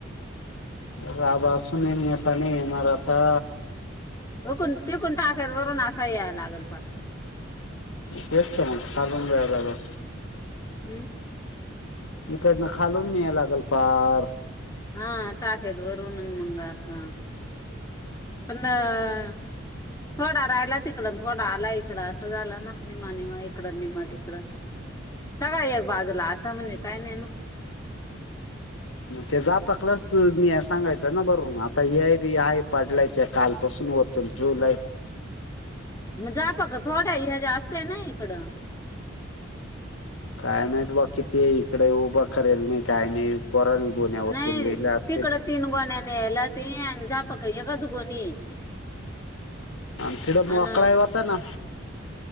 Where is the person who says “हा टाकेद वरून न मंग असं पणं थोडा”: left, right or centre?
Left